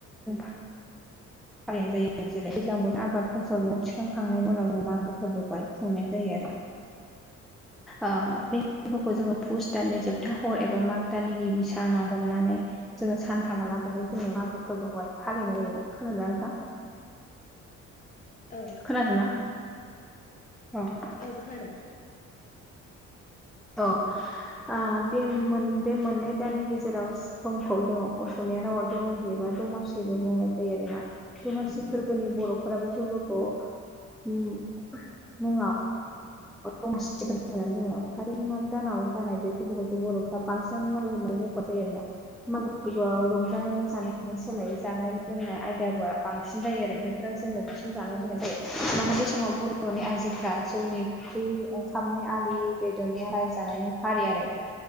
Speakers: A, in the centre; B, on the left (about 25°).
A: <unintelligible> फालिनाय जायो जेरै दैज्लांबो आबाद फसल न' थिखां खांनायनि उनाव जों मागो फोरबोहाय खुंनाय जायो आरो
B: <inaudible>
A: ओ बि गुखौ जोङो फुस दाननि जोबथा हर एबा माग दानानि गिबि सानाव हमनानै जोङो सानथामहालागैहाय जोंनि मागो फोरबोखौहाय फालिनाय जायो खोनादोंना नोंथां
B: औ
A: खोनादों ना अ
B: औ खोनादों
A: औ ओ बे मोन-मोननै दाननि गेजेराव समखौ जोङो असमिया रावा दमाहि एबा दमासिबो बुंनाय जायो आरोना दमासि फोरबोनि बर'फोरा बे फोरबोखौ मुङाव दमासि होननानै बुङो ओमफ्राय माग दानाव जानाय बे फोरबोखौसो बर'फ्रा बांसिन माबो होननाय मख'नो <unintelligible> मागो फोरबोआव रंजानाय मोसानाय सोलाय जानाय लोंनाय आयदाबआ बांसिन जायो आरो फोराव जोङो बिसिन जानो दोननाय जायो मानोना बे समाव बर'नि आइजोफ्रा
B: औ
A: जौनि फि ओंखामनि आलि बेदरनिाय जानायनि फारि आरो